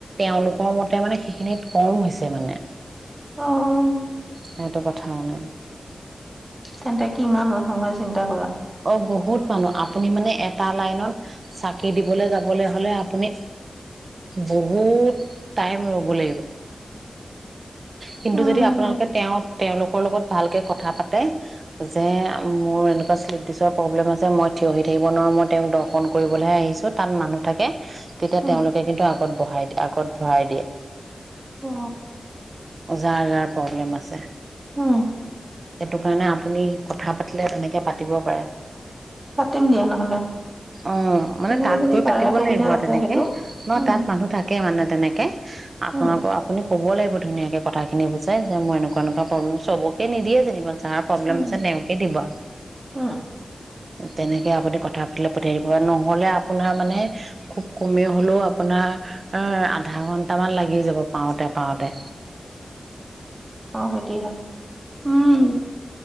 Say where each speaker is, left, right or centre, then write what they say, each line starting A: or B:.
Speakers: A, on the right; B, on the right.
A: তেওঁলোকৰ মতে মানে সেইখিনিত কম হৈছে মানে
B: অহ।
A: সেইটো কথা মানে।
B: তেন্তে কিমান মানুহ হয় চিন্তা কৰা
A: অ বহুত মানুহ আপুনি মানে এটা লাইনত চাকি দিবলে যাবলৈ হলে আপুনি বহুত টাইম ৰ'ব লাগিব। কিন্তু
B: উম,
A: যদি আপোনালোকে তেওঁ তেওঁলোক লগত ভালকে কথা পাতে যে মোৰ এনেকুৱা লেডিছৰ প্ৰব্লেম আছে মই থিয় হৈ থাক নোৱাৰো। মই তেওঁক দৰ্শন কৰিবলৈহে আহিছোঁ তাত মানুহ থাকে তেতিয়া
B: উম,
A: তেওঁলোকে কিন্তু আগত বঢ়াই আগত ভাই দিয়ে
B: অ
A: যাৰ যাৰ প্ৰব্লেম আছে।
B: উম
A: সেইটো কাৰণে আপুনি কথা পাতিলে তেনেকে পাতিব পাৰে
B: পাতিম দিয়া নহ'লে
A: অ মানে
B: তেনেকে
A: তাত
B: যদি
A: গৈ
B: পাৰে
A: পাতিব
B: সুবিধা
A: লাগিব আৰু
B: আছে
A: তেনেকে
B: সেইটো।
A: নহয়
B: উম,
A: তাত মানুহ থাকে মানে তেনেকে আপোনাক
B: উম,
A: আপুনি কব লাগিব ধুনীয়াকে কথাখিনি বুজাই যে মই এনেকুৱা এনেকুৱা প্ৰব্লেম। চবকে নিদিয়ে যেনিবা যাৰ প্ৰব্লেম
B: উম,
A: আছে তেওঁকে দিব।
B: উম
A: তেনেকে আপুনি কথা পাতিলে পাতিব। নহলে আপোনাৰ মানে খুব কমেই হলেও আপোনাৰ আহ আধা ঘন্টামান লাগি যাব পাওঁতে পাওতে
B: অ সেইতি হে উম